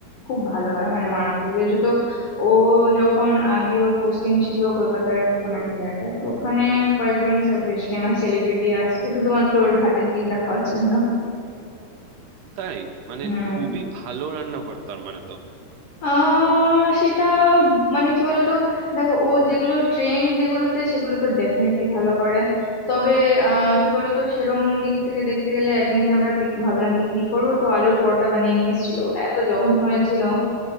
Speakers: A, on the left (about 50°); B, on the right (about 80°).
A: খুব ভালো হয় মানে মারাত্মক বিশেষত ও যখন আগে ওর পোস্টিং ছিল কলকাতার কোন একটা জায়গায় তো ওখানে কয়েকজন সব বেশ ফেমাস সেলিব্রিটি আসতো শুধুমাত্র ওর হাতের পিৎজা খাওয়ার জন্য
B: তাই মানে
A: হুম
B: খুবই ভালো রান্না করা তার মানে তো
A: আহ সেটা মানে কি বলতো দেখো ও যেগুলো ট্রেন্ড যেগুলোতে সেগুলো তো ডেফিনেটলি ভালো করে তবে আহ কি বলতো সেরম দিক থেকে দেখতে গেলে একদিনকে আমরা পিক ভাবলাম পিকনিক করবো তো আলুর পরোটা বানিয়ে নিয়ে এসেছিল ওটা এত জঘন্য হয়েছিল